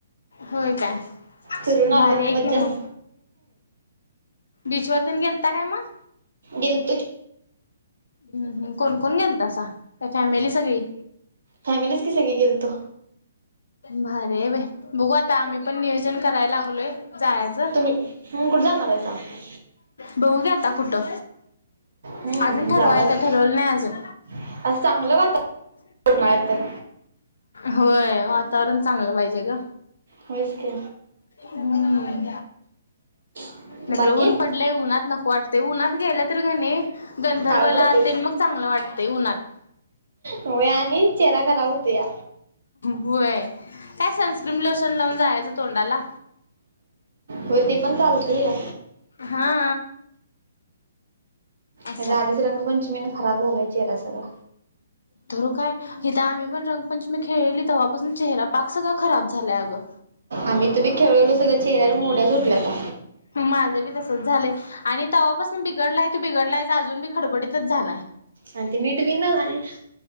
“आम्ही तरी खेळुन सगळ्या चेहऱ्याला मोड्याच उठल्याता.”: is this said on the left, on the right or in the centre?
Right